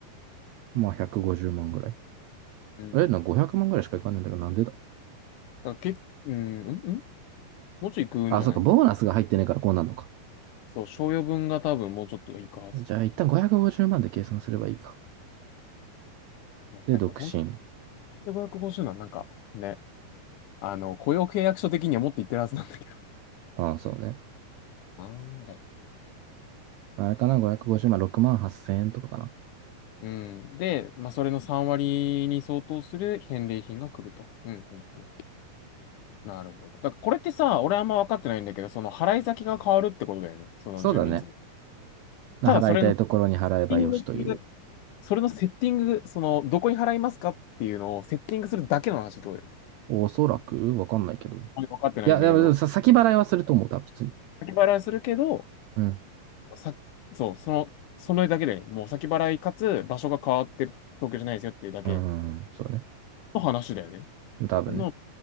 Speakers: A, on the right; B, on the left.
A: まあ150万ぐらい。
B: うん。
A: あれな、500万ぐらいしかいかねえんだけど、なんでだ
B: だからけ、うん、うん、うんもうちょい食うんじゃない
A: あ、そうか、ボーナスが入ってねえからこうなるのか。
B: そう、賞与分が多分もうちょっといくはず。
A: じゃあ一旦550万で計算すればいいか。
B: なんだか、
A: で、独身。
B: 本当で550なんなんかね、あの、雇用契約書的には持っていってるはずなんだけど。
A: ああ、そうね。
B: あー
A: あれかな、550万、6万8千円とかかな。
B: うん。で、まあ、それの3割に相当する返礼品が来ると。うんうんうん。なるほど。だからこれってさ、俺あんま分かってないんだけど、その払い先が変わるってことだよね。その住民税。
A: そうだね。な払いたいところに払えばよしという。
B: ただ、それのセッティングする、それのセッティング、その、どこに払いますかっていうのをセッティングするだけの話ってことだよね。
A: おそらくわかんないけど。
B: 俺分かってないんだけど、
A: いや、でもさ先払いはすると思う、多分普通に。
B: 先払いするけど、
A: うん。
B: さ、そう、その、それだけで、もう先払いかつ場所が変わってる東京じゃないですよっていうだけ
A: うん、そうね。
B: の話だよね。
A: 多分ね。
B: そんな、